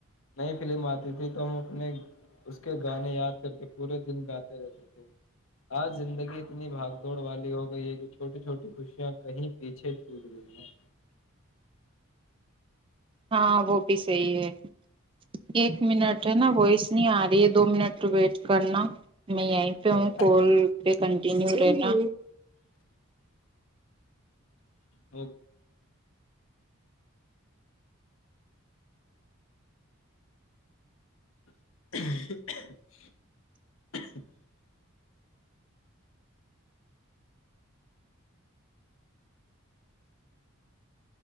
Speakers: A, on the left; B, on the right.
A: نئی فلم آتی تھی تو ہم اپنے اس کے گانے یاد کر کے پورے دن گاتے رہتے تھے آج زندگی اتنی بھاگ دوڑ والی ہو گئی ہے کہ چھوٹی چھوٹی خوشیاں کہیں پیچھے چھوٹ گئی ہیں
B: ہاں وہ صحی ہے ایک منٹ ہے نا وائس نہیں آ رہی ہے دو منٹ ویٹ کرنا میں یہیں پہ
A: اوکے
B: ہوں کال پہ کنٹینیو رہنا
A: اوک <unintelligible>